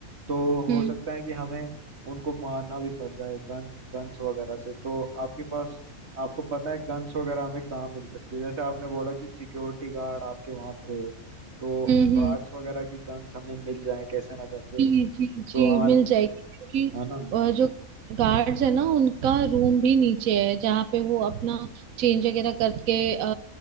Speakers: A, on the right; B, on the right.
A: तो हो
B: हम्म
A: सकता है कि हमें उनको मारना भी पड़ जाए गन गन्स वगैरह से तो आपके पास आपको पता है गन्स वगैरह हमें कहाँ मिल सकती है जैसे आपने बोला कि सिक्योरिटी गार्ड आपके वहाँ थे तो
B: हम्म हम्म
A: गार्ड्स वगैरह की गन्स हमें मिल जाए कैसे ना कैसे
B: जी जी जी
A: तो हमारे
B: मिल जाएगी क्योंकि
A: है ना
B: अ, जो गार्ड्स है ना उनका रूम भी नीचे है जहाँ पे वो अपना चेंज वगैरह करके अ,